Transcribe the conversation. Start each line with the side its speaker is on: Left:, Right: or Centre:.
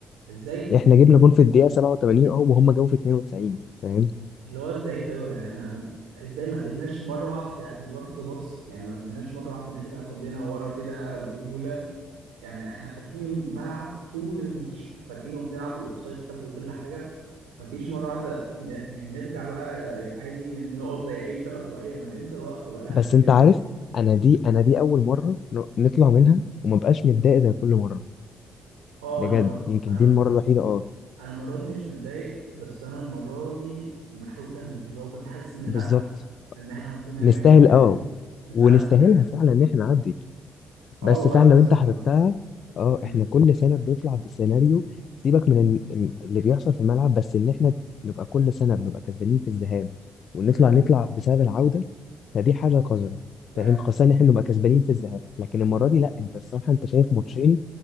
Right: ازاي
Left: احنا جبنا جون في الدقيقه 87 اهو وهم جابوا في 92 فاهم
Right: اللي هو ازاي طيب يا جدعان أنا- ازاي ما قدرناش مره واحده نبارك ذا باص يعني ما قدرناش مره واحده نرجع كلنا ورا كده برجوله يعني احنا فاتحين الملعب طول الماتش فاتحينه وبنلعب بالاوفسايد تاب وكل حاجه مفيش مره واحده ن- يعني نرجع بقى عادي نقف زي اي فرقه طبيعيه ما الانتر واقفه بقى لها
Left: بس
Right: قد كده
Left: انت عارف انا دي انا دي اول مره ن- نطلع منها وما بقاش متضايق زي كل مره
Right: اه
Left: بجد
Right: انا مر...
Left: يمكن
Right: انا
Left: دي المره الوحيده اه
Right: انا المره دي مش متضايق بس انا المره دي محروق دمي اللي هو كنت حاسس ان
Left: بالظبط
Right: لا ان احنا المفروض نعمل
Left: نستاهل
Right: يعني كده
Left: اه
Right: نسال
Left: ونستاهلها
Right: احسن من كده
Left: فعلا ان احنا نعدي بس
Right: اه والله
Left: فعلا
Right: احنا
Left: لو
Right: نستاهل
Left: انت حسبتها
Right: فعلا
Left: اه
Right: مم.
Left: احنا كل سنه بنطلع بسيناريو سيبك من ال- ال- اللي بيحصل في الملعب بس ان احنا نبقى كل سنه بنبقى كسبانين في الذهاب ونطلع
Right: مم.
Left: نطلع بسبب العوده فدي حاجه قذره
Right: عارف
Left: فاهم خاصه ان احنا نبقى كسبانين في الذهاب لكن المره
Right: مم.
Left: دي لا انت الصراحه انت شايف ماتشين